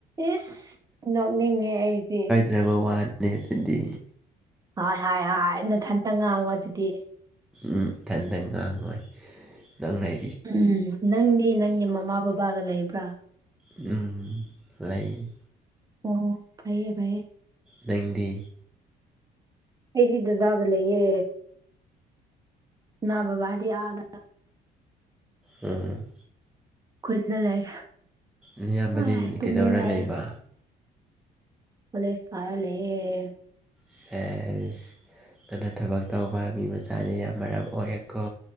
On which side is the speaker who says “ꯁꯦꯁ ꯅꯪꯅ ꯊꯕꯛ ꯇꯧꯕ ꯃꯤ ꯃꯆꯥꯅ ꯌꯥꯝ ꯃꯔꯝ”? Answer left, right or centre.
Centre